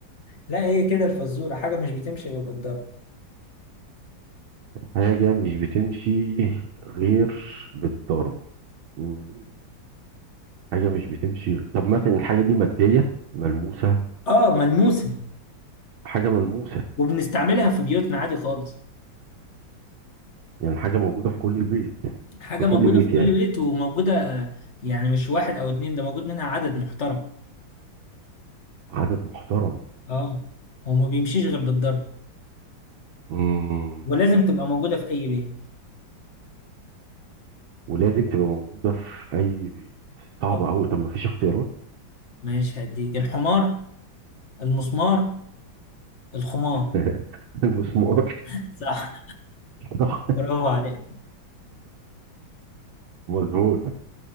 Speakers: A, on the left; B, on the right.
A: لا هي كده الفزورة حاجة مش بتمشي غير بالضرب
B: حاجة مش بتمشي غير بالضرب مم. حاجة مش بتمشي طب مثلا الحاجة دي مادية ملموسة
A: اه ملموسة
B: حاجة ملموسة
A: وبنستعملها في بيوتنا عادي خالص
B: يعني حاجة موجودة في كل البيت
A: حاجة
B: في
A: موجودة
B: كل بيت
A: في كل
B: يعني
A: بيت وموجودة يعني مش واحد أو اتنين ده موجود منها عدد محترم
B: عدد محترم
A: اه وما بيمشيش غير بالضرب
B: مم.
A: ولازم تبقى موجودة في أي بيت
B: ولازم تبقى موجودة في أي بيت صعبة
A: اه
B: أوي طب ما فيش اختيارات
A: ماشي هديك الحمار المسمار الخمار
B: <laughs> المسمار
A: <laughs> صح
B: صح
A: برافو عليك
B: مظبوط